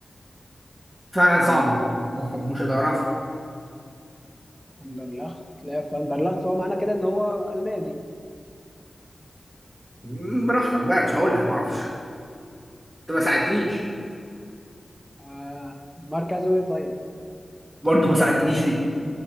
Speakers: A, on the right; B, in the centre.
A: فعلا
B: مم.
A: صعبه <laughs> ومش هتعرفها
B: فاندرلخت لا فاندرلخت فهو معنى كده ان هو الماني
A: مم، براحتك بقى مش هقول لك معرفش انت ما ساعدتنيش
B: آه. مركزه ايه طيب
A: برضه ما ساعدتنيش في دي